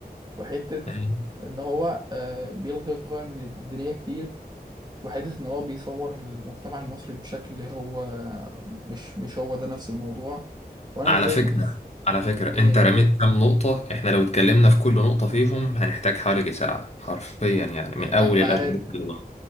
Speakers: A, on the right; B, on the left.
A: وحتة
B: جدا
A: إن هو آه، بيلغي قيم دينية كتير وحتة إن هو بيصور المجتمع المصري بشكل هو مش مش هو ده نفس الموضوع وأنا
B: على
A: بالذات
B: فكرة
A: بز...
B: على فكرة
A: إيه
B: انت رميت كام نقطة احنا لو اتكلمنا في كل نقطة فيهم هنحتاج حوالي ساعة حرفيا يعني من
A: أما
B: اول الاجندات
A: قاعد
B: اللي ورا.